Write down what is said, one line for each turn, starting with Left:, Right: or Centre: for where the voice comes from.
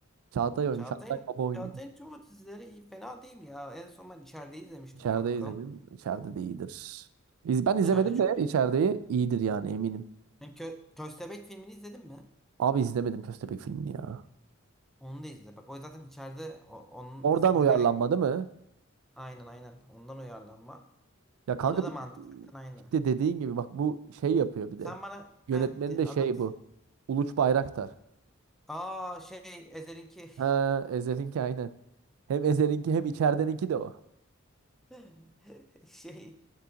Right: Çağatay oynuyor.
Centre: Çağatay'ın
Right: Çağatay baba oynuyor.
Centre: Çağatay'ın tüm o dizileri iyi, fena değil ya. En son ben içeride izlemiştim
Right: İçeride
Centre: kankam.
Right: izledim. İçeride de iyidir. İz- Ben izlemedim
Centre: İçeride çok.
Right: de içerideyi iyidir yani eminim.
Centre: Yani Kö Köstebek filmini izledin mi?
Right: Abi izlemedim Köstebek filmini ya.
Centre: Onu da izle. Bak o zaten içeride o- onun
Right: Oradan
Centre: esinlenerek
Right: uyarlanma değil mi?
Centre: aynen aynen ondan uyarlanma.
Right: Ya kanka
Centre: Orada da
Right: bir-
Centre: mantık zaten aynı.
Right: işte dediğin gibi bak bu şey yapıyor bir
Centre: Sen
Right: de.
Centre: bana
Right: Yönetmeni
Centre: heh, di-
Right: de
Centre: anlat.
Right: şey bu. Uluç Bayraktar.
Centre: Aa şey Ezhel'inki
Right: Ha Ezel'inki aynen. Hem Ezel'inki hem içerideninki de o.
Centre: <laughs> şey